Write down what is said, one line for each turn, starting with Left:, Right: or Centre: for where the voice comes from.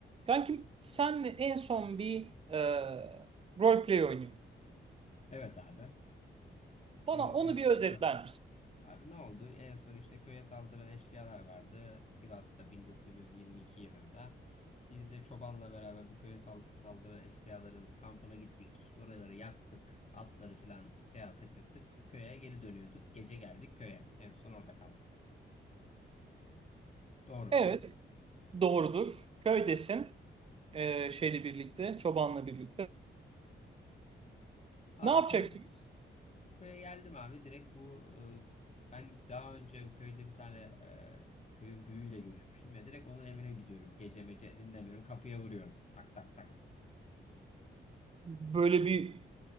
Right: Kankim senle en son bir e, roleplay oynuyorduk.
Left: Evet abi. Köy,
Right: Bana onu
Left: köy...
Right: bir özetler
Left: Heh.
Right: misin?
Left: Abi ne oldu? En son işte köye saldıran eşkıyalar vardı. Sivas'ta 1922 yılında. Biz de çobanla beraber bu köye sal- saldıran eşkıyaların kampına gittik. Oraları yaktık. Atları falan şey kaçırttık. Köye geri dönüyorduk. Gece geldik köye. En son orada kaldık. Doğru
Right: Evet,
Left: mudur?
Right: doğrudur. Köydesin. E, şeyle birlikte, çobanla birlikte.
Left: Abi
Right: Ne yapacaksınız?
Left: köy, Köye geldim abi direkt bu e, ben daha önce köyde bir tane e, köyün büyüğüyle görüşmüştüm ya direkt onun evine gidiyorum. Gece mece dinlemiyorum kapıya vuruyorum tak tak tak.
Right: Böyle bir